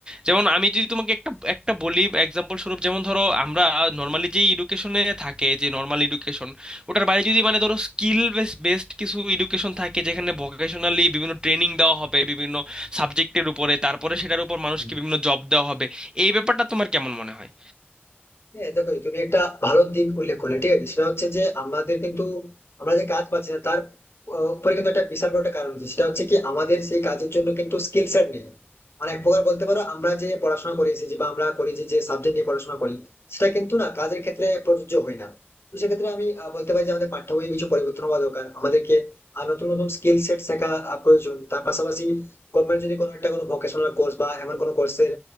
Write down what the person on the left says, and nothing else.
হ্যাঁ।
হ্যাঁ দেখো তুমি একটা ভালো দিক উল্লেখ করলে ঠিক আছে সেটা হচ্ছে যে আমাদের কিন্তু আমরা যে কাজ পাচ্ছি না তার আহ, উপরে কিন্তু একটা বিশাল বড় একটা কারণ আছে সেটা হচ্ছে কি আমাদের সেই কাজের জন্য কিন্তু স্কিল সেট নেই মানে এক প্রকার বলতে পারো আমরা যে পড়াশোনা করে এসেছি বা আমরা করি যে সাবজেক্ট নিয়ে পড়াশোনা করি সেটা কিন্তু না কাজের ক্ষেত্রে প্রযোজ্য হয় না তো সেক্ষেত্রে আমি আহ, বলতে পারি যে আমাদের পাঠ্য বইয়ে কিছু পরিবর্তন হওয়া দরকার আমাদেরকে আর নতুন নতুন স্কিল সেট শেখা আহ, প্রয়োজন তার পাশাপাশি গভর্নমেন্ট যদি কোনো একটা কোনো ভোকেশনাল কোর্স বা এমন কোনো কোর্সের